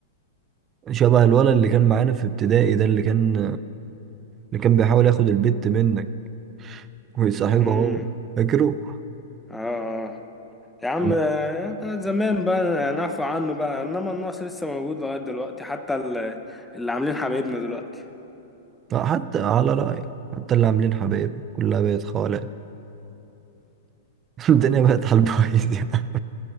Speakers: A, on the right; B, in the centre.
A: شبه الولد اللي كان معانا في ابتدائي ده اللي كان اللي كان بيحاول ياخد البت منك ويصاحبها
B: امم
A: هو فاكره؟
B: اه آه. يا عم
A: لا
B: آه، زمان بقى نعفو عنه بقى انما النقص لسه موجود لغاية دلوقتي حتى ال- اللي عاملين حبايبنا دلوقتي
A: طب حتى على رأيك حتى اللي عاملين حبايب كلها بقت خالق <laughs> الدنيا بقت على البايظ يعني.